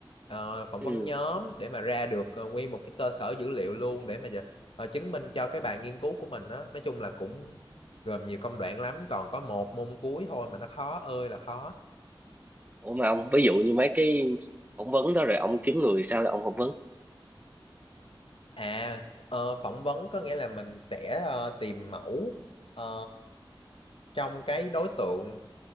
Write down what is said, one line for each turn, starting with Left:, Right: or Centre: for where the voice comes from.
Left: ờ, phỏng
Right: ừ.
Left: vấn nhóm để mà ra được ờ, nguyên một cái cơ sở dữ liệu luôn để mà giờ- ờ, chứng minh cho cái bài nghiên cứu của mình đó nói chung là cũng gồm nhiều công đoạn lắm còn có một môn cuối thôi mà nó khó ơi là khó
Right: ủa mà ông ví dụ như mấy cái phỏng vấn đó rồi ông kiếm người sao là ông phỏng vấn
Left: à ờ, phỏng vấn có nghĩa là mình sẽ ờ, tìm mẫu ờ, trong cái đối tượng